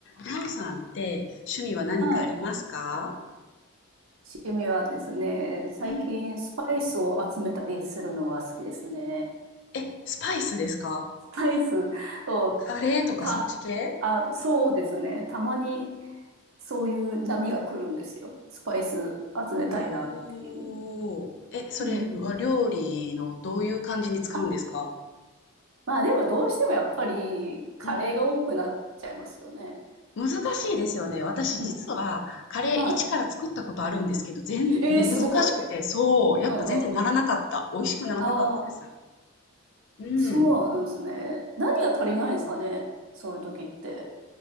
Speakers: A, on the left (about 55°); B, on the right (about 70°).
A: なおさんって趣味は何かありますか
B: はい。趣味はですね、最近スパイスを集めたりするのが好きですね。
A: うん、え、スパイスですか
B: スパイスを、
A: カレーとかそっち系
B: た、あ、そうですね。たまにそういう波が来るんですよ。スパイス集めたいなっていう。
A: おー。え、それは料理のどういう感じに使うんですか
B: うんうんうんあ、まあでもどうしてもやっぱりカレーが多くなっちゃいますよね。
A: うん、うん。難しいですよね。私実はカレー一から作ったことあるんですけど、
B: うん。はい。
A: 全、
B: えー、
A: もう難しくて、
B: すごい。
A: そう、やっぱ全然ならなかった。
B: うんうんうん。
A: 美味しくならなかったです。
B: ああ、
A: うん。
B: そうなんですね。何が足りないんですかね。そういう時って。